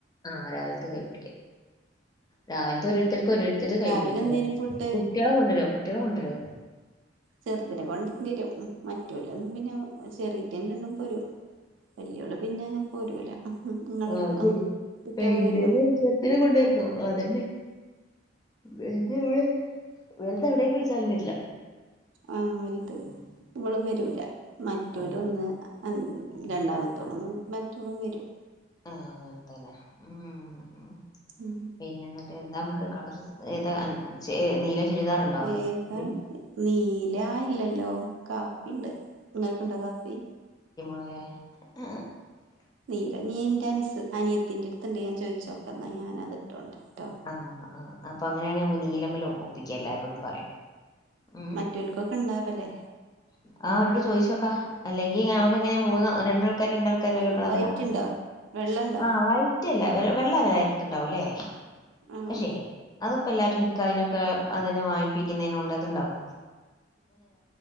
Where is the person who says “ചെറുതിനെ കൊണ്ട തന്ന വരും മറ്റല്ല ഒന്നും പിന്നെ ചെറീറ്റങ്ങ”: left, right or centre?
Right